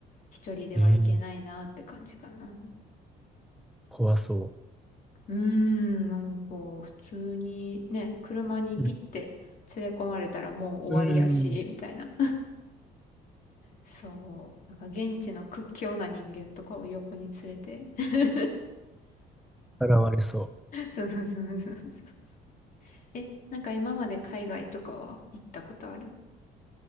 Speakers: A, on the left (about 55°); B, in the centre.
A: 一人では行けないなって感じかな。
B: えー、怖そ
A: うーん、なんか普通にね、車にピッて連れ込まれたらもう終わりやし、
B: う。うん。うーん。
A: みたいな。そう。だから現地の屈強な人間とかを横に連れて。<laughs>
B: 現れそ
A: そうそうそうそうそう。え、なんか今まで海外とかは行ったことある